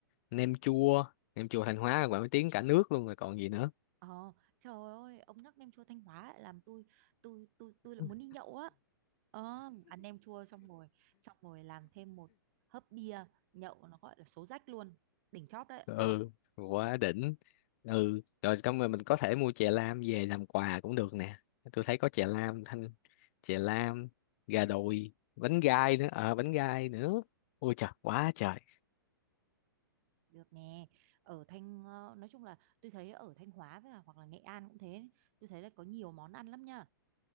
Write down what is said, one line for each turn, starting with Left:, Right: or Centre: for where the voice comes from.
Left: nem chua, nem chua Thanh Hóa là nổi tiếng cả nước luôn rồi còn gì nữa.
Right: Ờ, trời ơi, ông nhắc nem chua Thanh Hóa lại làm tôi tôi tôi tôi lại
Left: <laughs>
Right: muốn đi nhậu á. Ờ, ăn nem chua xong rồi, xong rồi làm thêm một hớp bia nhậu nó gọi là số rách luôn, đỉnh chóp đấy,
Left: Ừ,
Right: được,
Left: quá đỉnh. Ừ, rồi xong rồi mình có thể mua chè lam về làm quà cũng được nè. Tôi thấy có chè lam Thanh, chè lam, gà đùi, bánh gai nữa, ờ bánh gai nữa. Ôi trời, quá trời.
Right: được nè. Ở Thanh ờ, nói chung là tôi thấy ở Thanh Hóa với cả hoặc là Nghệ An cũng thế, tôi thấy là có nhiều món ăn lắm nha.